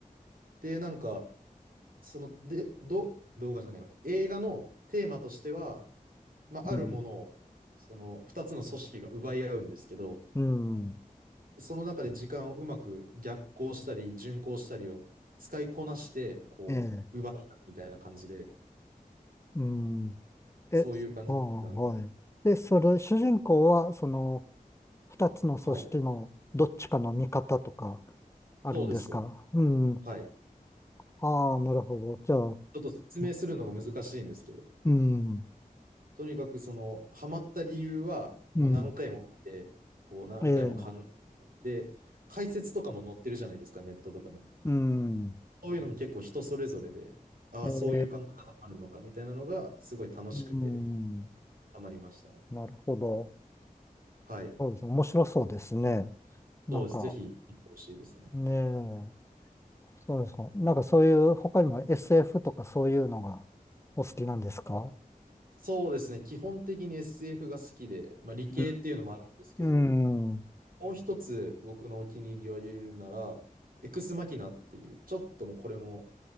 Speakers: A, on the right; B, on the left.
A: で、なんか、その、で、ど、動画じゃないわ。映画のテーマとしては、まあ、あるものを、
B: うん。
A: その2つの組織が奪い合うんですけど、
B: うん。
A: その中で時間をうまく逆行したり、順行したりを使いこなして、こう、
B: ええ、
A: 奪い合うみたいな感じで、
B: うん。え、
A: そういう感じの映画なんで。
B: ああ、はい。で、それ、主人公は、その、二つの組織のどっちかの味方とか、
A: はい。
B: あるんですかうん。
A: そうです、そうです。はい。ち
B: ああ、なるほど。じゃあ、
A: ょっと説明するのが難しいんですけど。
B: うん。
A: とにかくそのハマった理由はもう何回も見て、
B: うん。
A: こう何回も考
B: ええ、
A: えて、解説とかも載ってるじゃないですか、ネットとかに。
B: うん。
A: そういうのも結構人それぞれで、ああ、
B: ええ、
A: そういう考え方もあるのかみたいなのがすごい楽しくて
B: うん。
A: ハマりましたね。
B: なるほど。
A: はい。
B: そうですね。面白そうですね。なんか、
A: そうです。ぜひ行ってほしいですね。
B: ねえ、そうですか。なんかそういう、他にも SF とかそういうのがお好きなんですか
A: そうですね。基本的に SF が好きで、まあ、理系っていうのもあるんですけど、
B: うん。うん。
A: もう一つ僕のお気に入りを挙げるなら、エクスマキナっていう、ちょっともうこれも